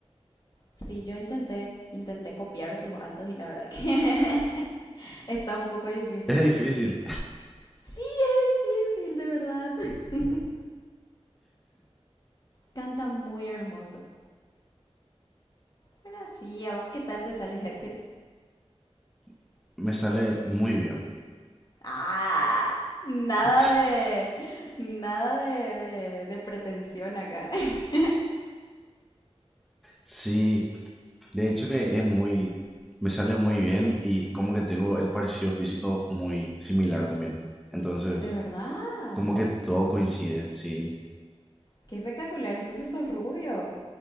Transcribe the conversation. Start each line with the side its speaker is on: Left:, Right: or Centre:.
Left: Sí, yo intenté, intenté copiar sus altos y la verdad que <laughs> está un poco difícil.
Centre: Es difícil,
Left: Sí, es difícil, de verdad. <laughs> Canta muy hermoso. Pero sí, ¿a vos ¿qué tal te sale Hetfield?
Centre: <laughs> me sale muy bien.
Left: Ah, nada
Centre: <laughs>
Left: de, nada de, de, de pretensión acá. <laughs>
Centre: Sí, de hecho que es muy, me sale muy bien y como que tengo el parecido físico muy similar también. Entonces,
Left: De verdad.
Centre: como que todo coincide, sí.
Left: Qué espectacular, entonces sos rubio.